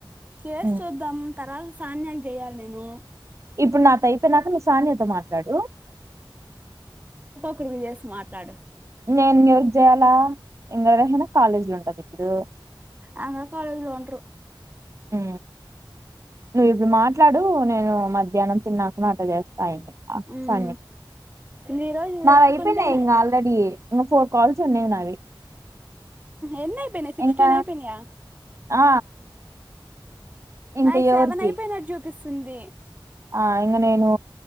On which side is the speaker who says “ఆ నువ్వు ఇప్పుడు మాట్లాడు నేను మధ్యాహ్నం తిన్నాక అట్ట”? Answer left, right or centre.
Right